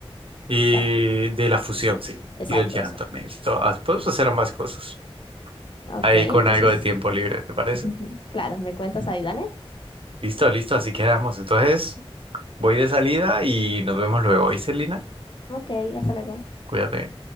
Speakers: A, on the right (about 60°); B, on the left (about 55°).
A: Y
B: La-
A: de la fusión, sí.
B: Exacto,
A: Y del llanto
B: eso.
A: también. To- ah, Podemos hacer ambas cosas.
B: Ok,
A: Ahí
B: entonces,
A: con algo de tiempo libre, ¿te parece?
B: <laughs> claro, me cuentas ahí, dale.
A: Listo, listo, así quedamos. Entonces, voy de salida y nos vemos luego, ¿y Celina?
B: Ok, hasta luego.
A: Cuídate.